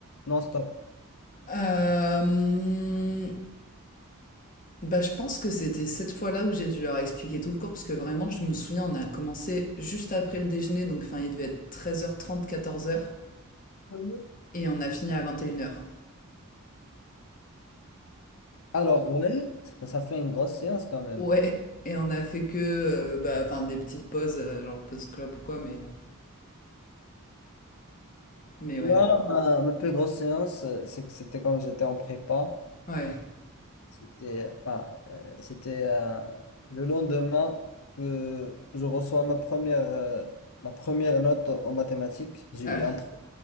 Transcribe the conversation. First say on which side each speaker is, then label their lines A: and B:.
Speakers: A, on the left; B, on the left.
A: Non-stop.
B: Euh, bah, je pense que c'était cette fois-là où j'ai dû leur expliquer tout le cours, parce que vraiment, je me souviens, on a commencé juste après le déjeuner, donc enfin, il devait être treize heures trente, quatorze heures.
A: Mhm.
B: Et on a fini à vingt et une heures.
A: Alors, ouais, ça fait une grosse séance quand même.
B: Ouais, et on a fait que euh, bah, enfin, des petites pauses, euh, genre pause clope ou quoi, mais, euh, mais
A: Ouais,
B: ouais.
A: ma, ma plus grosse séance, euh, c'est que c'était quand j'étais en prépa.
B: Ouais.
A: C'était enfin, euh, c'était euh, le lendemain que je reçois ma première, euh, ma première note en mathématiques. J'ai
B: Ah,
A: eu un, trois